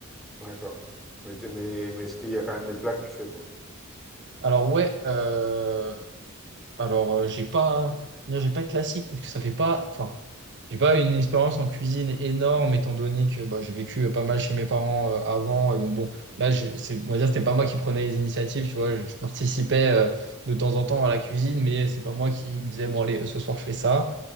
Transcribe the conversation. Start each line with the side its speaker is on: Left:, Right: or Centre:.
Centre: D'accord. Mais, t'es- mais, mais est-ce qu'il y a quand même des plats que tu fais, toi?
Right: Alors ouais, euh, alors euh, j'ai pas j'ai pas de classique parce que ça fait pas enfin J'ai pas une expérience en cuisine énorme, étant donné que bah, j'ai vécu euh, pas mal chez mes parents euh, avant. Et donc bon, là, je, c'est, on va dire, c'était pas moi qui prenais les initiatives, tu vois. Je, je participais euh, de temps en temps à la cuisine, mais c'est pas moi qui me disais, bon, allez, euh, ce soir, je fais ça.